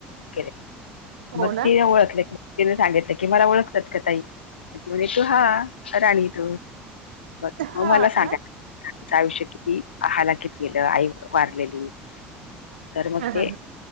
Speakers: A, on the left; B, on the right.
A: केले
B: हो
A: मग
B: ना
A: तिने ओळखले तिने सांगितलं. की मला ओळखतात का ताई म्हणे तू हा राणी तू बरं
B: हा
A: मला सांगा
B: ना
A: आमचं आयुष्य किती? आहाला कित गेलं आई वारलेली तर मग
B: हा हा
A: ते